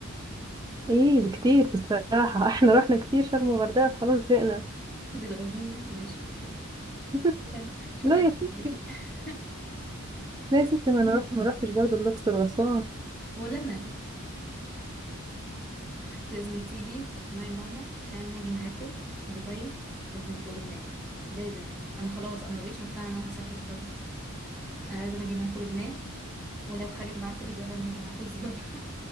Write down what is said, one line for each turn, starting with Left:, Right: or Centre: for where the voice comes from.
Right: ايه بكتير بصراحة <laughs> احنا رحنا كتير شرم وغردقة خلاص زهقنا
Centre: أنت بتغزيني يعني ماشي أوكي
Right: <laughs>
Centre: شكرا شكرا
Right: لا
Centre: يا
Right: يا ستي
Centre: صاحبتي <laughs>
Right: لا يا ستي ما انا رحت ما رحتش برضو الاقصر واسوان
Centre: ولا أنا انت لازم تيجي تقنعي ماما عشان انا هاجي معاكم دبي ولبن- ولبنان لازم انا خلاص انا مبقتش مقتنعه ان انا هسافر شرم انا لازم اجي معاكم لبنان ولو خالك بعتلك زياره انا هاجي معاكم <laughs> زياره